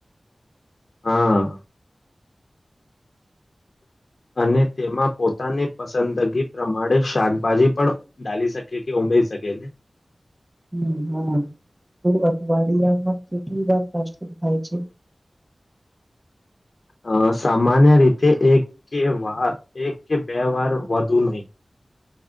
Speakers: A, on the left; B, on the right.
A: હા <inaudible> અને તેમાં પોતાની પસંદગી પ્રમાણે શાકભાજી પણ ડાલી શકે કે <unintelligible> શકેને
B: હમ હમ તો અઠવાડિયામાં કેટલી વાર <unintelligible> થાય છે.
A: અ સામાન્ય રીતે એક કે વા એક કે બે વાર વધુ નય